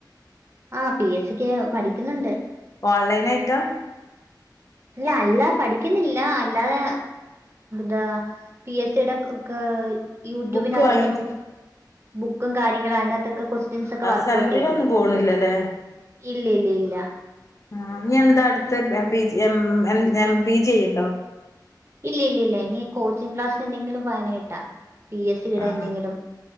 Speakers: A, on the right; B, on the left.
A: ആഹ് പി എസ് സിക്ക് പഠിക്ക്ന്ന്ണ്ട്.
B: ഓൺലൈനായ്ട്ടാ.
A: അല്ല അല്ലാ പഠിക്കുന്നില്ലാ അല്ലാതെ താ പി എസ് സിടെ ഒക്കെ. യൂട്യൂബിനാത്തൊക്കെ
B: ബുക്ക് വാങ്ങിട്ട്
A: നോക്കും ബുക്കും കാര്യങ്ങളും അയ്നത്തൊക്കെ കൊ ജൻസൊക്കെ
B: ആഹ്
A: വർകൗട്ടെയ്യുന്നു
B: സെന്ററിലൊന്നും പോണില്ലല്ലേ
A: ഇല്ല്യല്ല്യല്ല്യ
B: ആഹ്, ഞ്ഞി എന്താ അട്ത്തെ M P G M M M P G ചെയ്യ്ണ്ടോ?
A: ഇല്ല്യല്ല്യല്ല്യ ഇനി കോച്ചിംഗ് ക്ലാസ്സിന് എന്തെങ്കിലും പാനേട്ടാ പി എസ് സീടെ
B: ആഹ്
A: എന്തെങ്കിലും